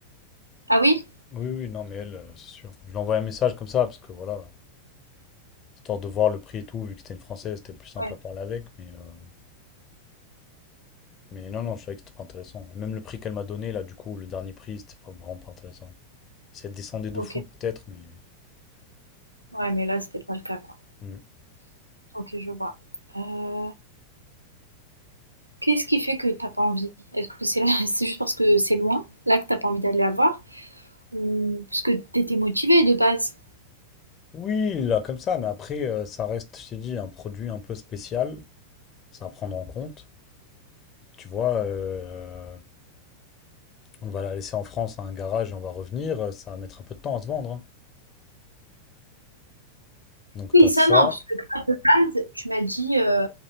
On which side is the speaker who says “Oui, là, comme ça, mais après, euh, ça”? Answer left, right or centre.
Left